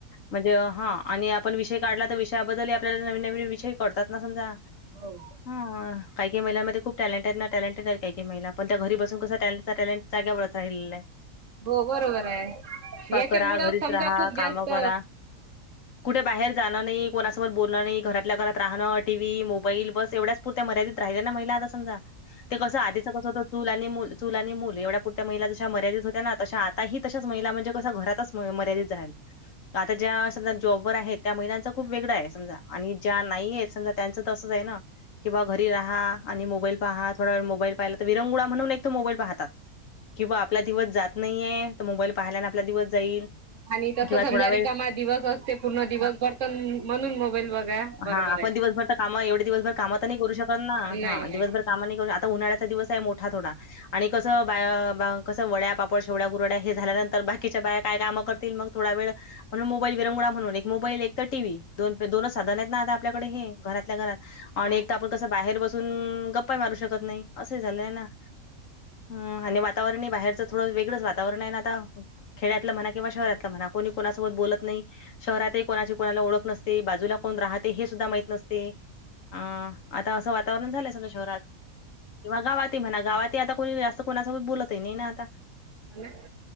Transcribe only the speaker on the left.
म्हणजे हा आणि आपण विषय काढला तर विषयाबद्दलही आपल्याला नवीन नवीन विषय कळतात ना. समजा
ह काही काही महिलांमध्ये खूप टॅलेंट आहेत ना टॅलेंटेड आहेत काही काही महिला पण त्या घरी बसून कसा त्यांचा टॅलेंट जागेवर राहिलेल.
करा, घरीच
राहा,
कामं
करा. कुठे बाहेर जाणं नाही कोणासोबत बोलणं नाही घरातल्या घरात राहणं टीव्ही, मोबाईल बस एवढ्याच पुरत्या मर्यादित राहिल्या ना महिला आता समजा ते कसं आधीच कस होतं चूल आणि मूल, चूल आणि मूल एवढा पुरत्या महिला जशा मर्यादेत होत्या ना तशा आता ही तशाच महिला म्हणजे कस घरातच मर्यादेत राहतात. आता ज्या समजा जॉबवर आहेत त्या महिलांचं खूप वेगळं आहे समजा आणि ज्या नाही आहेत समजा त्यांचं तर असंच ना. किंवा घरी राहा आणि मोबाईल पहा थोडावेळ मोबाईल पाहिला तर विरंगुळा म्हणून एकतर मोबाईल पाहतात. किंवा आपला दिवस जात नाहीये तर मोबाईल पाहाला ना आपला दिवस जाईल.
किंवा
थोडा
वेळ
हा आपण
दिवसभर तर कामं एवढी दिवसभर कामं तर नाही करू शकत ना
हा
दिवसभर. काम नाही करू आता उन्हाळ्याचा दिवस आहे मोठा थोडा आणि कसं‌. कसं बाया बा कसं वड्या पापड शेवड्या कुरड्या हे झाल्यानंतर बाकीच्या बाया काय कामं करतील मग थोडा वेळ- म्हणून मोबाईल विरंगुळा म्हणून एक मोबाईल एक तर टीव्ही दोन दोनच साधन आहेत ना आता आपल्याकडे हे घरातल्या घरात. आणि
एक तर आपण कसं बाहेर बसून गप्पा ही मारू शकत नाही, असे झालेलं ना. हमं आणि वातावरण ही बाहेरचं थोडं वेगळंच वातावरण आहे ना आता, खेड्यातलं म्हणा किंवा शहरातलं. आता म्हणा कोणी कोणासोबत बोलत नाही शहरात ही कोणाची. कोणाला ओळख नसते, बाजूला कोण राहते हे सुद्धा माहीत नसते. आ आता असं वातावरण झालंय सगळ्या शहरात. किंवा गावातही म्हणा गावातही आता कोणी जास्त कोणासोबत बोलतही नाही ना आता.